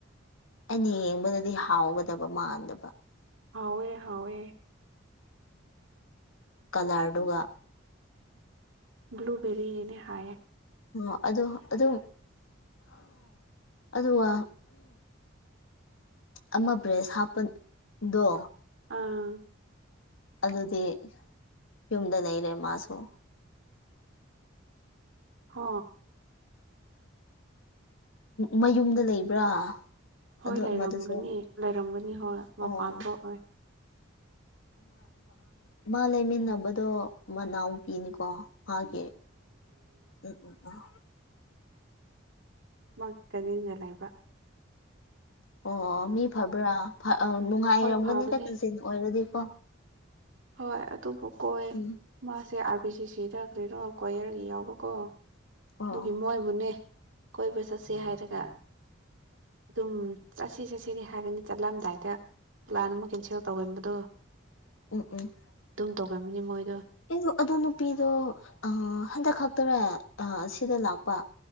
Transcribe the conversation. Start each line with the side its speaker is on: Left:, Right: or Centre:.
Left: ꯑꯩꯅ ꯌꯦꯡꯕꯗꯗꯤ ꯍꯥꯎꯒꯗꯕ ꯃꯥꯟꯗꯕ
Right: ꯍꯋꯣꯏ ꯍꯋꯦ
Left: ꯀꯂꯔꯗꯨꯒ
Right: ꯭ꯂꯨꯕꯦꯔꯤ ꯌꯦꯅꯦ ꯍꯥꯏꯌꯦꯦ
Left: ꯑ ꯑꯗꯣ ꯑꯗꯨ ꯑꯗꯨꯒ ꯑꯃ ꯕ꯭ꯔꯦꯁ ꯍꯥꯞꯄꯗꯣ
Right: ꯑꯥ
Left: ꯑꯗꯨꯗꯤ ꯌꯨꯝꯗ ꯂꯩꯔꯦ ꯃꯥꯁꯨ
Right: ꯑ
Left: ꯃꯌꯨꯝꯗ ꯂꯩꯕ꯭ꯔꯥ
Right: ꯍꯣꯏ
Left: ꯑꯗꯨ
Right: ꯂꯩꯔꯝꯒꯅꯤ
Left: ꯑꯃꯗꯨꯁꯨ
Right: ꯂꯩꯔꯝꯒꯅꯤ ꯍꯣꯏ
Left: ꯑꯣ
Right: ꯃꯄꯥꯟ ꯊꯣꯛꯑꯣ
Left: ꯃꯥ ꯂꯩꯃꯤꯟꯅꯕꯗꯣ ꯃꯅꯥꯎ ꯐꯅꯤꯀꯣ ꯃꯥꯒꯤ ꯎꯝ ꯎꯝ ꯎꯝ
Right: ꯃꯥ ꯀꯗꯤꯗ ꯂꯩꯥꯏꯕ
Left: ꯑꯣ ꯃꯤ ꯐꯕ꯭ꯔꯥ ꯅꯨꯡꯉꯥꯏꯔꯝꯒꯅꯤꯗ
Right: ꯍꯣꯏ ꯐꯕꯅꯦ
Left: ꯀꯁꯦꯜꯅ ꯑꯣꯏꯔꯗꯤꯀꯣ
Right: ꯍꯣꯏ ꯑꯗꯨꯕꯨ ꯀꯣꯏ
Left: ꯎꯝ
Right: ꯃꯥꯁꯦ ꯑꯥꯔ ꯕꯤ ꯁꯤ ꯁꯤꯗ ꯀꯔꯤꯅꯣ ꯀꯣꯌꯔꯒꯤ ꯌꯥꯎꯕꯀꯣ
Left: ꯑꯣ
Right: ꯑꯗꯨꯒꯤ ꯃꯣꯏꯕꯨꯅꯦ ꯀꯣꯏ ꯄꯩꯁꯥꯥꯁꯦ ꯍꯥꯏꯔꯒ ꯑꯗꯨꯝ ꯆꯠꯁꯤ ꯆꯠꯁꯤꯅꯦ ꯍꯥꯏꯒꯅꯤ ꯆꯠꯂꯝꯗꯥꯏꯗ ꯄ꯭ꯂꯥꯟ ꯑꯃ ꯀꯦꯟꯁꯦꯜ ꯇꯧꯒꯟꯕꯗꯣ
Left: ꯎꯝ ꯎꯝ
Right: ꯇꯧꯒꯅꯕꯅꯤ ꯃꯣꯏ
Left: ꯑꯩꯗ ꯑꯗꯨ ꯅꯨꯄꯤꯗꯣ ꯍꯟꯗꯛ ꯈꯛꯇꯔ ꯁꯤꯗ ꯂꯥꯛꯄ